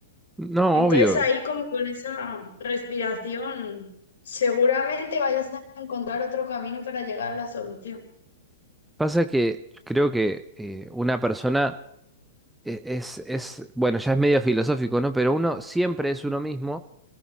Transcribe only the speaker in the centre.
No,
obvio.
Pasa que creo que eh, una persona e- es, es, bueno, ya es medio filosófico, ¿no? Pero uno siempre es uno mismo